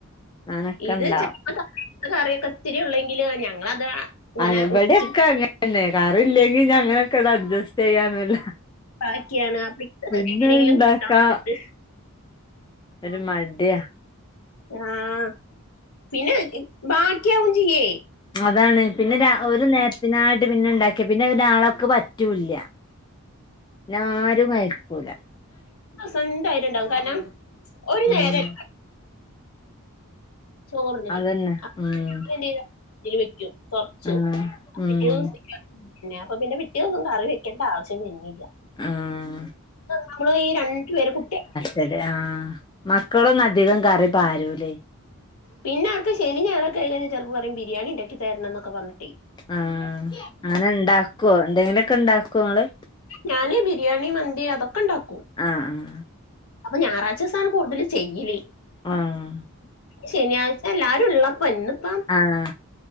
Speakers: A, on the left; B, on the left.
A: അനൊക്കെ
B: ഇത്
A: ഇണ്ടാവും
B: ചിലപ്പോ കറിയൊക്കെ ഒത്തിരിയള്ളെങ്കില് ഞങ്ങളത് ഇങ്ങനെ
A: അവിടെക്കെ
B: ഒപ്പിച്ച്
A: അങ്ങനന്നെ കറില്ലെങ്കി ഞ അങ്ങനെയൊക്കെ അഡജസ്റ്റ് ചെയ്യാനല്ല
B: ബാക്കിയാണ്. അപ്പൊ ഇത്
A: പിന്നെ
B: എങ്ങനെയെങ്കിലും
A: ഉണ്ടാക്കാ
B: കൂട്ടാൻ നോക്കിട്ട്
A: ഒരു മടിയ
B: ആഹ് പിന്നെ ബാടിക്കാവും ചെയ്യേ
A: അതാണ് പിന്നെ ഒരു നേരത്തിനായിട്ട് പിന്നെ ണ്ടാക്കിയ പിന്നെ നാളൊക്കെ പറ്റൂല്ല ന്നെ ആരും കഴിക്കൂല
B: സ്വന്തായിട്ടുണ്ടാവും കാരണം ഒരു
A: മ്
B: നേരല്ല ചോറിന്
A: അതന്നെ
B: <unintelligible>
A: ഉം
B: ത്തില് വെക്കും കൊർച്ച്.
A: ആഹ് ഉം
B: പിറ്റേ ദിവസ്‌ത്ത്ക്ക് പിന്നെ അപ്പൊ പിന്നെ പിറ്റേന്നൊന്നും കറി വെക്കേണ്ട ആ വശ്യം വര്നില്ല.
A: ആഹ്
B: നമ്മള് ഈ രണ്ടു പേരെ കുട്ടിയെ
A: തലേ ആഹ് മക്കളൊന്നും അധികം കറി പാരൂലേ.
B: പിന്നെ അവർക്ക് ശനിം ഞായറൊക്കെ ആയിക്കഴിഞ്ഞാ ചെലപ്പം പറയും ബിരിയാണി ഉണ്ടാക്കി തരണം ന്നൊക്കെ പറഞ്ഞിട്ടെ
A: ആഹ് അങ്ങനെ ഇണ്ടാക്കുവോ? എന്തെങ്കിലു ഒക്കെ ഉണ്ടാക്കോ ഇങ്ങള്?
B: ഞാന് ബിരിയാണി, മന്തി അതൊക്കെ ഉണ്ടാക്കും.
A: ആഹ് ആഹ്
B: അപ്പൊ ഞായറാഴ്ച സാണ് കൂടുതല് ചെയ്യല്.
A: ആഹ്
B: ശനിയാഴ്ച എല്ലാരും ഉള്ളപ്പം ഇന്ന്പ്പം.
A: ആഹ്.